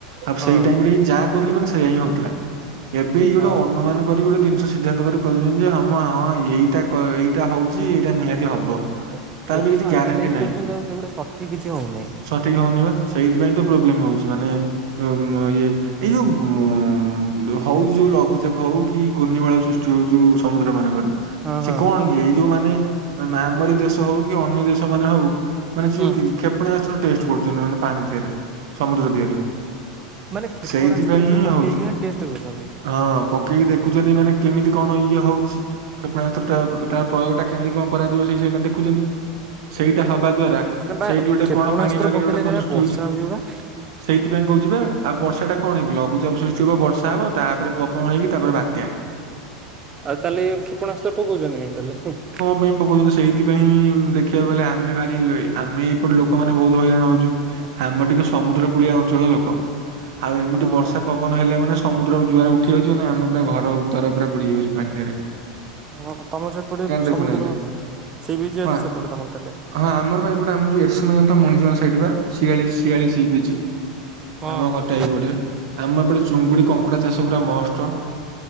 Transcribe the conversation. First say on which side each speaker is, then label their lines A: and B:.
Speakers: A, on the right; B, on the right.
A: ଆଉ
B: ହଁ।
A: ସେଇ ଟାଇମରେ ହିଁ ଯାହା କହୁଥିଲେ ମାନେ ସେୟା ହିଁ ହଉ ଲା ଏବେ ଇଏ ଗୋଟେ
B: ହଁ।
A: ଅନୁମାନ କରି ଗୋଟେ ଜିନିଷ ସିଦ୍ଧାନ୍ତ କରି କଇଦଉଚନ୍ତି ଯେ ହଁ ମ ହଁ ଏଇଟା ଏଇଟା ହଉଚି ଏଇଟା ନିହାତି ହବ। ତାର
B: ଏବେ
A: ବି କିଛି
B: ଯୋଉ ଆନାଲାଇଜ
A: ଗ୍ୟାରେଣ୍ଟି ନାହିଁ
B: କରୁଚନ୍ତି ଆଉ ସେଗୁଡା ସଠିକ କିଛି ହଉନାହିଁ।
A: ସଠିକ ହଉନି ବା ସେଇଥିପାଇଁ ତ ପ୍ରୋବ୍ଲେମ ହଉଛି ମାନେ ଓ ମୋ ଇଏ ଏଇ ଯୋଉ ଉଁ ହଉଛି ଯୋଉ ଲଘୁଚାପ ହଉ କି ଘୂର୍ଣ୍ଣିବଳୟ ସୃ ଷ୍ଟି ହୋଉ ଯୋଉ ସମୁଦ୍ରମାନଙ୍କରେ
B: ହଁ
A: ସେ
B: ହଁ
A: କଣ କି ଏଇ ଯୋଉ ମାନେ ଆମରି ଦେଶ ହଉ କି ଅନ୍ୟ ଦେଶ ମାନେ ହଉ ମାନେ ସିଏ
B: ହୁଁ।
A: କ୍ଷେପ ଟେଷ୍ଟ କରୁଚନ୍ତି ମାନେ ପାଣି ଦିହରେ। ସମୁଦ୍ର ଦିହରେ
B: ମାନେ କ୍ଷେପଣାସ୍ତ୍ର
A: ସେଇଥିପାଇ
B: ଯୋଉ
A: ହିଁ
B: ପକେଇକିନା
A: ହଉଚି
B: ଟେଷ୍ଟ କରୁଛନ୍ତି।
A: ହଁ ପକେଇକି ଦେଖୁଛନ୍ତି ମାନେ କେମିତି କଣ ଇଏ ହଉଚି। କ୍ଷେପଣାସ୍ତ୍ର ଟା ତା ପ୍ରୟୋଗଟା କେମିତି କଣ କରାଯିବ ସେଇ ସେଇଟା ଦେଖୁଚନ୍ତି। ସେଇଟା ହବା ଦ୍ଵାରା
B: ବା କ୍ଷେପଣାସ୍ତ୍ର
A: କଣ ପାଣି ଭାଗରେ
B: ପକେଇଲେ
A: ଗୋଟେ କଣ
B: କାଳେ
A: ସୃଷ୍ଟି
B: ବର୍ଷା
A: ହଉଛି
B: ହୁଏବା?
A: ସେଇଥିପାଇଁ କହୁଚି ବା ଆଉ ବର୍ଷାଟା କଣକି ଲଘୁଚାପ ସୃଷ୍ଟି ହବ ବର୍ଷା ହବ ତାପରେ ପବନ ହେଇକି ତାପରେ ବାତ୍ୟା।
B: ଆଉ ତାହେଲେ କ୍ଷେପଣାସ୍ତ୍ର ପକଉଚନ୍ତି କାଇଁ ତାହାଲେ?
A: ମେଇ ପକଉଚନ୍ତି ସେଇ ଥି ପାଇଁ ଉଁ ଦେଖିଆକୁ ଗଲେ ଆମେ ଭାରି <unintelligible> ଆମେ ଏପଟ ଲୋ କମାନେ ବହୁତ ହଇରାଣ ହଉଚୁ ଆମେ ଟିକେ ସମୁଦ୍ର କୁଳିଆ ଅଞ୍ଚଳ ଲୋକ। ଆଉ ଏମିତି
B: ହଁ
A: ବର୍ଷା ପବନ ହେଲେ ମାନେ ସମୁଦ୍ରରୁ ଜୁଆର ଉଠି ଆଉଚି ନା ଆମେ ପୁରା ଘର ଦ୍ବାର ପୁରା ବୁଡି ଯାଉଛି ପାଣି ଦିହରେ।
B: ହଁ ତମର ସେପଟେ ସମୁଦ୍ର
A: ଦେଖୁନାହାନ୍ତି
B: ସି ବିଚ୍
A: ହଁ
B: ଅଛି ସେପଟେ ତମର ତାହେଲେ।
A: ହଁ ଆମର ବା ଏଇପଟେ ଆମର ଯୋଉ ଏରସମା ଜାଣିଥିବ ମଣିଜମା ସାଇଟ ବା ଶିଆଳି ଶିଆଳି ସି ବିଚ୍
B: ହଁ
A: ଆମ
B: ହଁ
A: ଘରଟା ଏଇପଟେ। ଆମ ଏପଟେ ଚୁଙ୍ଗୁଡି କଙ୍କଡା ଚାଷ ପୁରା ମଷ୍ଟ।